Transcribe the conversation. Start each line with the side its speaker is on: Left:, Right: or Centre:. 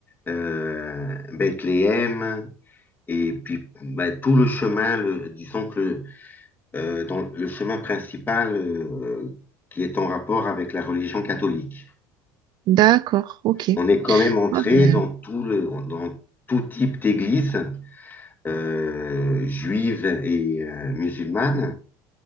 Left: euh, Bethléem. Et puis, bah, tout le chemin, le- disons que le, euh, dans le chemin principal euh, qui est en rapport avec la religion catholique.
Right: d'accord, ok.
Left: On est quand même entré
Right: Ah ben,
Left: dans tout le, dans tout type d'église, euh, juive et euh, musulmane.